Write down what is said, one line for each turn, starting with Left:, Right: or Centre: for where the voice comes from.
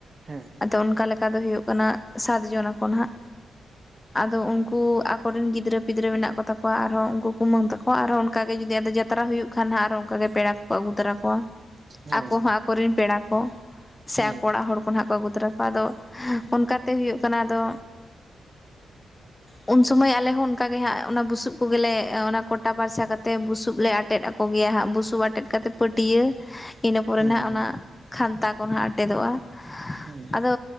Right: ᱦᱮᱸ ᱾
Left: ᱟᱫᱚ ᱚᱱᱠᱟ ᱞᱮᱠᱟ ᱫᱚ ᱦᱩᱭᱩᱜ ᱠᱟᱱᱟ ᱥᱟᱛ ᱡᱚᱱ ᱟᱠᱚ ᱱᱟᱜ ᱟᱫᱚ ᱩᱱᱠᱩ ᱟᱠ ᱨᱮᱱ ᱜᱤᱫᱽᱨᱟᱹ ᱯᱤᱫᱽᱨ ᱢᱮᱱᱟᱜ ᱠᱚ ᱛᱟᱠᱚᱣᱟ ᱟᱨᱦᱚᱸ ᱩᱱᱠᱩ ᱩᱢᱟᱹ ᱛᱟᱠᱚᱣᱟ ᱟᱨ ᱦᱚᱸ ᱚᱱᱠᱟ ᱜᱮ ᱡᱩᱫᱤ ᱟᱫᱚ ᱡᱟᱛᱨᱟ ᱦᱩᱭᱩᱜ ᱠᱷᱟᱱ ᱦᱟᱸᱜ ᱟᱨᱚ ᱚᱱᱠᱟᱜᱮ ᱯᱮᱲᱟ ᱟᱹᱜᱩ ᱛᱟᱨᱟ ᱠᱚᱣᱟ
Right: ᱦᱮᱸ
Left: ᱟᱠᱚ ᱦᱚᱸ ᱟᱠᱚᱨᱮᱱ ᱯᱮᱲᱟ ᱠᱚ ᱥᱮ
Right: ᱦᱮᱸ
Left: ᱟᱠᱚ ᱚᱲᱟᱜ ᱦᱚᱲ ᱦᱚᱯᱚᱱ ᱦᱟᱸᱜ ᱠᱚ ᱟᱹᱜᱩ ᱛᱚᱨᱟ ᱠᱚᱣᱟ, ᱟᱫᱚ ᱚᱱᱠᱟᱛᱮ ᱦᱩᱭᱩᱜ ᱠᱟᱱᱟ ᱟᱫᱚ ᱩᱱ ᱥᱚᱢᱚᱭ ᱟᱞᱮ ᱦᱚᱸ ᱚᱱᱠᱟ ᱜᱮ ᱦᱟᱸᱜ ᱚᱱᱟ ᱵᱩᱥᱩᱵ ᱠᱚᱜᱮᱞᱮ ᱚᱱᱟ ᱠᱚᱴᱟ ᱯᱟᱨᱪᱟ ᱠᱟᱛᱮ ᱵᱩᱥᱩᱵ ᱞᱮ ᱟᱴᱮᱫ ᱟᱠᱚ ᱠᱚᱜᱮᱭᱟ ᱦᱟᱸᱜ ᱵᱩᱥᱩᱵ ᱟᱴᱮᱫ ᱠᱟᱛᱮ ᱯᱟᱹᱴᱭᱟᱹ ᱤᱱᱟᱹ ᱯᱚᱨᱮᱱᱟᱜ
Right: ᱦᱮᱸ
Left: ᱚᱱᱟ
Right: ᱦᱮᱸ
Left: ᱠᱷᱟᱱᱛᱟ ᱠᱚ ᱱᱟᱜ ᱟᱴᱮᱫᱚᱜᱼᱟ ᱾
Right: ᱦᱮᱸ
Left: ᱟᱫᱚ